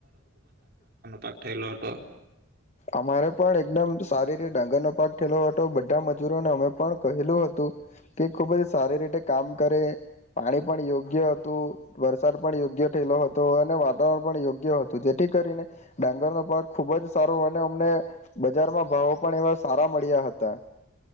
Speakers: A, on the right; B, on the left.
A: પાક થયેલો હતો.
B: અમારે પણ એકદમ સારી રીત ડાંગર નો પાક થયેલો હતો, બધા મજૂરોને અમે પણ કહેલું હતું કે ખુબ જ સારી રીતે કામ કરે, પાણી પણ યોગ્ય હતું, વરસાદ પણ યોગ્ય થયેલો હતો અને વા વણ પણ યોગ્ય હતું જેથી કરીને ડાંગરનો પાક ખુબ જ સારો અને અમને બજારમાં ભાવો પણ એવા સારા મળ્યા હતા.